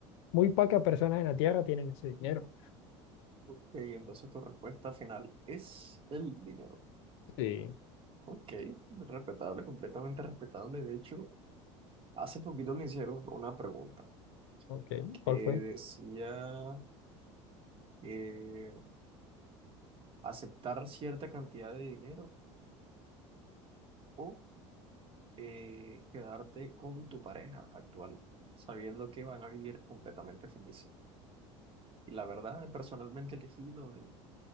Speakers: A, on the left (about 75°); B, on the right (about 35°).
A: muy pocas personas en la Tierra tienen ese dinero.
B: Ok, entonces tu respuesta final es el dinero.
A: Sí,
B: Ok, respetable, completamente respetable. De hecho, hace poquito me hicieron una pregunta
A: Ok,
B: que
A: ¿cuál
B: decía
A: fue?
B: eh, aceptar cierta cantidad de dinero o eh, quedarte con tu pareja actual, sabiendo que van a vivir completamente felices. Y la verdad, personalmente elegí lo de,